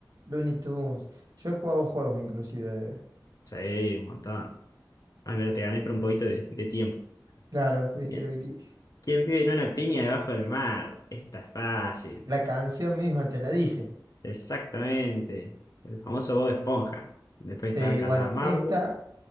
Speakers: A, on the right; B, on the left.
A: Looney Tunes, yo he jugado juegos inclusive.
B: Sí, un montón. Ah, mira, te gané por un poquito de, de tiempo.
A: Claro, viste
B: Bien.
A: lo que te dije.
B: ¿Quién vive en una piña debajo del mar? Esta es fácil.
A: La canción misma te la dice.
B: Exactamente. El famoso Bob Esponja. Después estaba
A: Sí,
B: Calamardo.
A: bueno, esta,